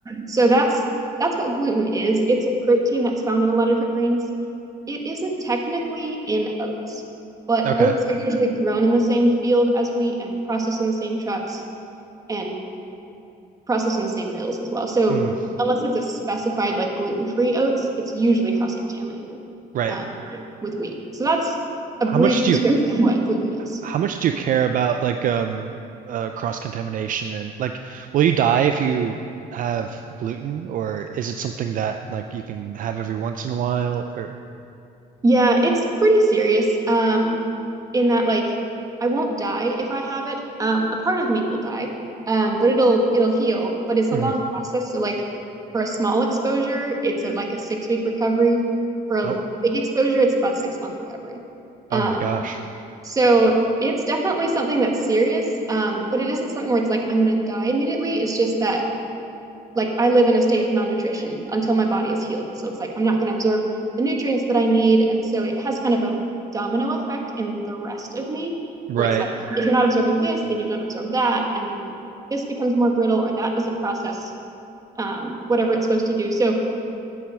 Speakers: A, on the right; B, on the right.
A: so that's that's what gluten is. It's a protein that's found in a lot of different grains. It isn't technically in oats, but
B: Okay.
A: oats are usually grown in the same field as wheat and processed in the same trucks and processed in the same mills as well. So
B: Mm.
A: unless it's a specified like gluten-free oats, it's usually cross-contaminated
B: Right.
A: uh, with wheat. So that's a
B: How
A: brief
B: much do
A: description
B: you
A: <laughs> of what gluten is.
B: how much do you care about like um uh cross contamination and like will you die if you have gluten or is it something that like you can have every once in a while or
A: Yeah, it's pretty serious. Um, in that like I won't die if I have it. Um, a part of me will die, um, but it'll it'll heal. But it's
B: Mhm.
A: a long process. So like for a small exposure, it's a, like a six week recovery. For a
B: Oh,
A: big exposure, it's about six month recovery.
B: oh
A: Um,
B: my gosh.
A: So it's definitely something that's serious, um, but it isn't something where it's like I'm gonna die immediately. It's just that like I live in a state of malnutrition until my body is healed. So it's like I'm not gonna absorb the nutrients that I need, and so it has kind of a domino effect in the rest of me,
B: Right.
A: where it's like if you're not absorbing this, then you don't absorb that, and then this becomes more brittle or that doesn't process um, whatever it's supposed to do. So